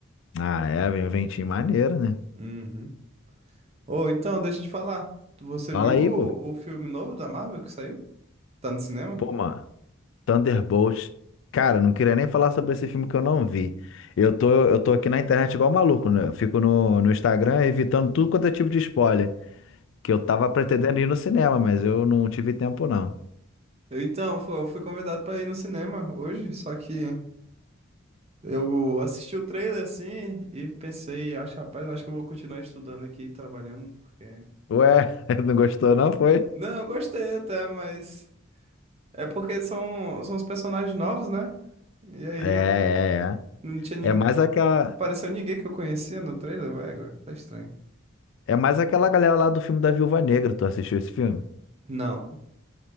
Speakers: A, on the left; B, on the right.
A: Ah, é, vem um ventinho maneiro, né?
B: Uhum. Ou então, deixa eu te falar. Você
A: Fala
B: viu
A: aí,
B: o,
A: pô.
B: o filme novo da Marvel que saiu? Tá no cinema?
A: Pô, mano. Thunderbolts. Cara, não queria nem falar sobre esse filme que eu não vi. Eu tô, eu tô aqui na internet igual um maluco, né? Eu fico no, no Instagram evitando tudo quanto é tipo de spoiler. Que eu tava pretendendo ir no cinema, mas eu não tive tempo, não.
B: Eu, então, fu- eu fui convidado pra ir no cinema hoje, só que eu assisti o trailer assim e pensei, acho, rapaz, eu acho que eu vou continuar estudando aqui, e trabalhando, porque.
A: Ué, <laughs> não gostou, não? Foi?
B: Não, eu gostei até, mas é porque são, são os personagens novos, né? E aí
A: É, é,
B: eu não tinha ninguém.
A: é. É mais aquela,
B: Pareceu ninguém que eu conhecia no trailer, ué, agora tá estranho.
A: é mais aquela galera lá do filme da Viúva Negra. Tu assistiu esse filme?
B: Não.